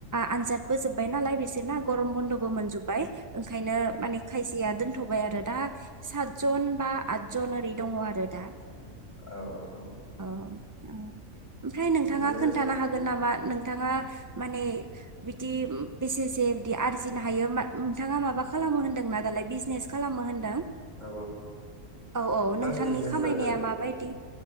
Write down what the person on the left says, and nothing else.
औ।
बिदिनो
औ
बिजनेस
आरो